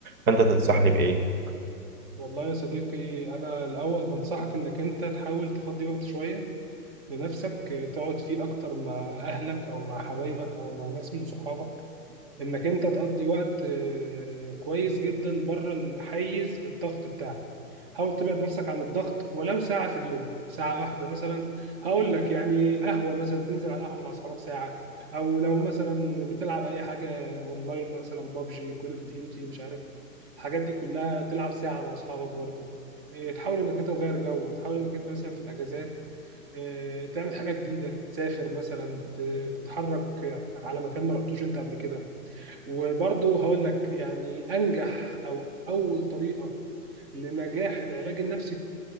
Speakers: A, on the right; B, on the right.
A: فانت تنصحني
B: مم.
A: بايه
B: والله يا صديقي انا الاول بنصحك انك انت تحاول تفضي وقت شويه لنفسك آه، تقعد فيه اكتر مع اهلك او مع حبايبك او مع ناس من صحابك انك انت تقضي وقت آه، كويس جدا بره الحيز الضغط بتاعك حاول تبعد نفسك عن الضغط ولو ساعة في اليوم ساعة واحدة مثلا هقول لك يعني قهوة مثلا تنزل على قهوة مع أصحابك ساعة أو لو مثلا بتلعب أي حاجة أونلاين مثلا بابجي كول أوف ديوتي مش عارف الحاجات دي كلها تلعب ساعة مع أصحابك برضو إيه، تحاول إنك أنت تغير جو تحاول إنك أنت مثلا في الأجازات إيه، تعمل حاجة جديدة تسافر مثلا ت- تتحرك على مكان ما رحتوش أنت قبل كده وبرضه هقول لك يعني انجح او اول طريقه لنجاح العلاج النفسي